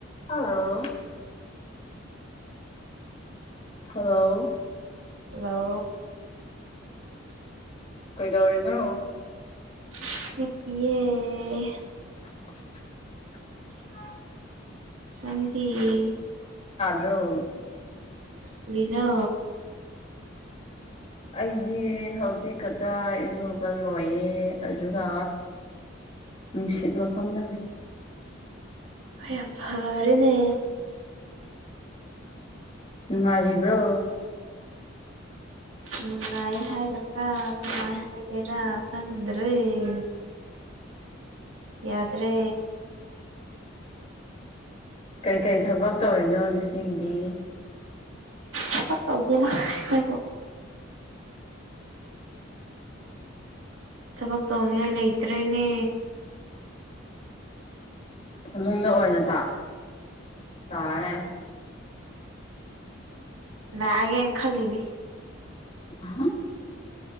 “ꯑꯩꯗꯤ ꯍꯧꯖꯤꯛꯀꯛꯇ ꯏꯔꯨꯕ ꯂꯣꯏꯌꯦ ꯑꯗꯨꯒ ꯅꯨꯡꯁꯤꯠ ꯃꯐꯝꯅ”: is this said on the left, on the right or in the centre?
Left